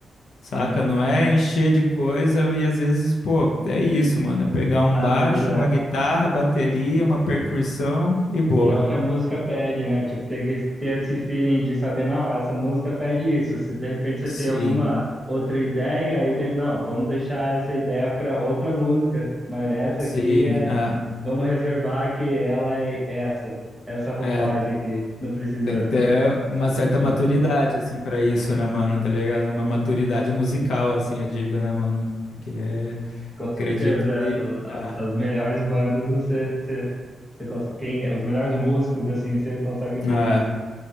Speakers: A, on the left; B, in the centre.
A: Saca?
B: Assim.
A: Não é encher de coisa e às vezes, pô, é isso, mano. É pegar um
B: Às
A: baixo,
B: vezes é.
A: uma guitarra, bateria, uma percussão e boa.
B: E é o que a música pede, né? Tipo, tem que ter esse feeling de saber, não, essa música pede isso. Se de repente você
A: Sim,
B: tem alguma outra ideia, aí deve, não, vamos deixar essa ideia para outra música, mas essa
A: sim.
B: aqui é,
A: É,
B: vamos reservar que ela é essa, essa roupagem
A: é,
B: aqui. Não precisa.
A: tem que ter uma certa
B: É,
A: maturidade, assim, pra isso, né, mano? Tá ligado? Uma maturidade musical, assim, eu digo, né, mano? Porque
B: com
A: acredito
B: certeza, é,
A: que.
B: o- as,
A: É,
B: as melhores bandas você, você, você cons- quem, os melhores músicos assim, você consegue ver
A: é.
B: que